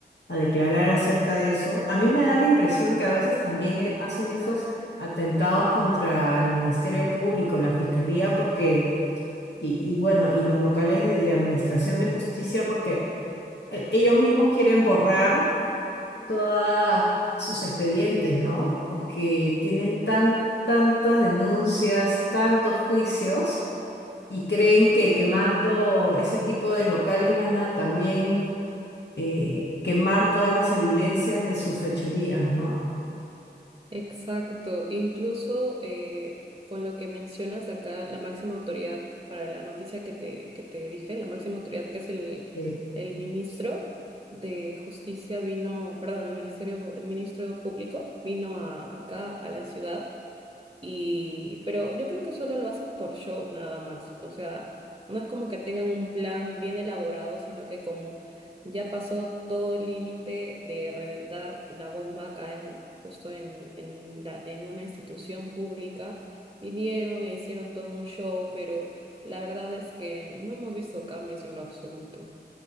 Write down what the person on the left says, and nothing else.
a declarar acerca de eso? A mí me da la impresión que a veces también eh, hacen esos atentados contra el Ministerio Público, la Fiscalía, porque, y, y bueno, y los locales de, de Administración de Justicia, porque eh, ellos mismos quieren borrar todos sus expedientes, ¿no? Porque tienen tan, tantas denuncias, tantos juicios y creen que quemando ese tipo de locales van a también eh, quemar todas las evidencias de sus fechorías, ¿no?
Eh,